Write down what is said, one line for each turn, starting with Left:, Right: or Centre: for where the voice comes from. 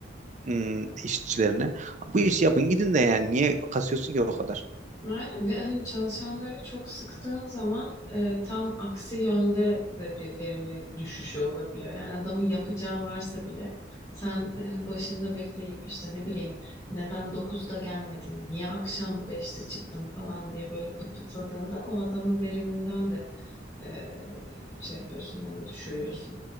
Right: ım, işçilerine. Bu işi yapın gidin de yani. Niye kasıyorsun ki o kadar?
Left: Aynen bir hani çalışanları çok sıktığın zaman e, tam aksi yönde de bir verimlilik düşüşü olabiliyor. Yani adamın yapacağı varsa bile sen e, başında bekleyip işte ne bileyim neden dokuzda gelmedin, niye akşam beşte çıktın falan diye böyle bıtbıtladığında o adamın veriminden de e, şey yapıyorsun hani düşürüyorsun.